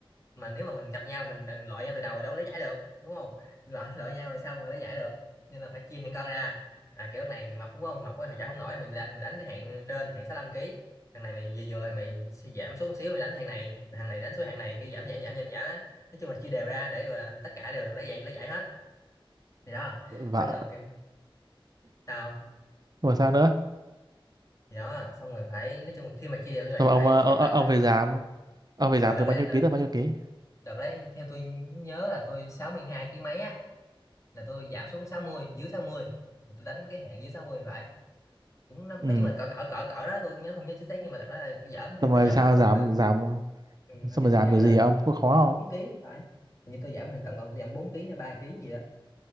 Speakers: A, on the left; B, on the right.
A: mà nếu mà mình gặp nhau mình đừng loại nhau từ đầu rồi đâu có lấy giải được đúng không loại loại nhau rồi sao mà lấy giải được nên là phải chia hạng cân ra à kiểu này mày mập đúng không mập quá thì chả không nổi mình đánh mình đánh cái hạng trên hạng 65 ký. thằng này mày vừa vừa thì mày sẽ giảm xuống một xíu mày đánh hạng này thằng này đánh xuống hạng này kiểu giảm giảm giảm giảm giảm á nói chung là chia đều ra để gọi là tất cả đều được lấy giải lấy giải hết thì đó
B: và
A: xong là kiểu tao,
B: rồi sao nữa
A: thì đó xong rồi phải nói chung là khi mà chia đều như vậy
B: xong rồi
A: phải
B: ông ờ,
A: giảm
B: ông,
A: cân
B: ông phải giảm ông phải
A: ờ
B: giảm
A: đợt
B: từ
A: đấy
B: bao nhiêu
A: là
B: ký tới bao nhiêu ký
A: đợt đấy theo tôi nhớ là tôi 62 kg mấy á là tôi giảm xuống sáu mươi dưới 60, tôi đánh cái hạn dưới 60 phải cũng năm
B: ừ
A: nói chung là cỡ cỡ cỡ cỡ đó tôi nhớ không nhớ chính xác nhưng mà thật ra là tôi giảm thì
B: xong rồi
A: tôi giảm
B: sao
A: hình như tôi
B: giảm
A: làm
B: giảm
A: ừ,
B: Sao
A: hình như
B: mà làm
A: tôi giảm
B: kiểu
A: là
B: gì hả ông? Có khó không?
A: 4 ký phải hình như tôi giảm là cộng cộng tôi giảm 4 ký hay 3 ký gì đó